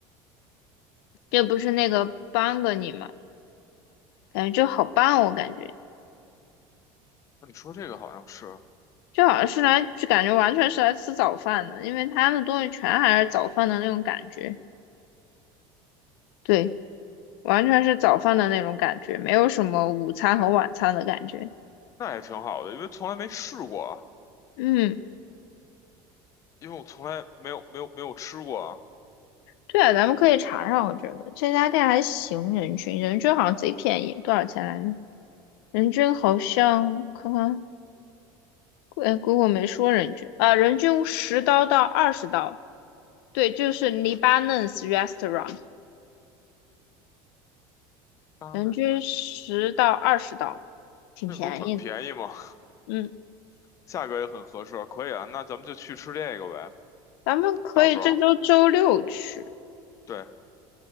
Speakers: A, on the left (about 85°); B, on the left (about 25°).
A: 这不是那个 b a n g n y 吗？感觉就好棒哦我感觉
B: 那你说这个好像是，
A: 就好像是来，就感觉完全是来吃早饭的，因为他们的东西全还是早饭的那种感觉。对，完全是早饭的那种感觉，没有什么午餐和晚餐的感觉。
B: 那也挺好的，因为从来没试过啊，
A: 嗯。
B: 因为我从来没有没有没有吃过啊。
A: 对啊，咱们可以查查，我觉得这家店还行，人均人均好像贼便宜，多少钱来着？人均好像看看，哎姑姑没说人均啊，人均十刀到二十刀，对，就是 Lebanese restaurant，
B: 啊，
A: 人均十到二十刀，
B: 那你说
A: 挺便宜的。
B: 那不是很便宜吗？
A: 嗯，
B: <laughs> 价格也很合适，可以啊。那咱们就去吃这个呗，
A: 咱们可以这周周六去。
B: 到时候对。